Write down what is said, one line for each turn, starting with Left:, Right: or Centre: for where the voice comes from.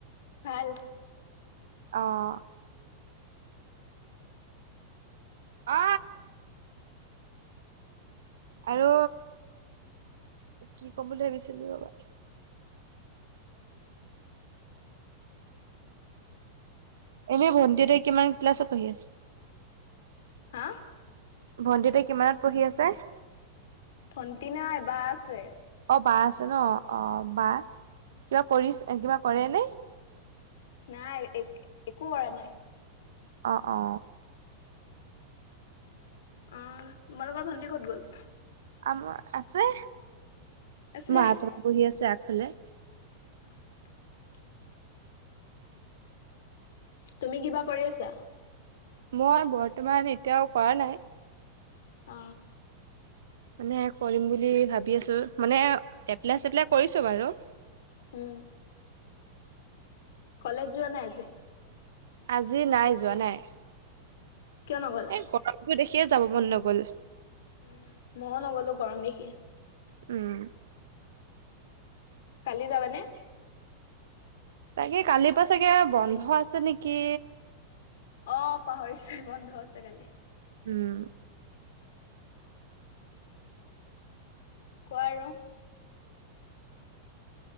Left: ভাল।
Right: অ'। আ, আৰু কি ক'ম বুলি ভাবিছিলো ৰ'বা। এনেই ভণ্টি হেটে কিমান ক্লাছত পঢ়ি আছে?।
Left: হা।
Right: ভণ্টি হেতে কিমানত পঢ়ি আছে?
Left: ভণ্টি নাই বা আছে।
Right: অ', বা আছে ন', অ', বা কিবা কৰি, কিবা কৰে নে?
Left: নাই, এক-একো কৰা নাই।
Right: অ', অ'।
Left: অ', তোমালোকৰ ভণ্টি ক'ত গ'ল?
Right: আমাৰ আছে,
Left: আছে।
Right: মাহঁতৰ বহি আছে আগফালে।
Left: অ'। তুমি কিবা কৰি আছা?
Right: মই বৰ্তমান এতিয়াও কৰা নাই।
Left: আ।
Right: মানে, কৰিম বুলি, ভাবি আছো, মানে এপ্লাই চেপ্লাই কৰিছো বাৰু।
Left: উম, কলেজ যোৱা নাই আজি?
Right: আজি নাই, যোৱা নাই।
Left: কিয় নগ'লা?
Right: এ গৰমটো দেখিয়ে যাব মন নগ'ল।
Left: উম', ময়ো নগলো গৰম দেখি।
Right: উম।
Left: কালি জাবানে?
Right: তাকে কালিৰ পৰা চাগে, বন্ধ আছে নেকি।
Left: অ', পাহৰিছোৱে বন্ধ আছে কাইলে।
Right: উম
Left: কোৱা আৰু।